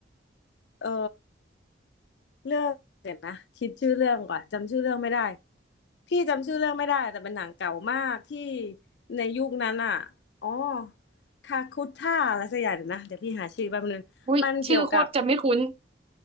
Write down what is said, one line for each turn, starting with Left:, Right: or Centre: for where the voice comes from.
Left: เออเรื่องเดี๋ยวนะคิดชื่อเรื่องก่อนจำชื่อเรื่องไม่ได้พี่จำชื่อเรื่องไม่ได้แต่เป็นหนังเก่ามากที่ในยุคนั้นอ่ะอ๋อคาคุท่าอะไรสักอย่างเดี๋ยวนะเดี๋ยวพี่หาชื่อแป๊บนึงมันเกี่ยวกับ
Right: อุ้ยชื่อโคตรจะไม่คุ้น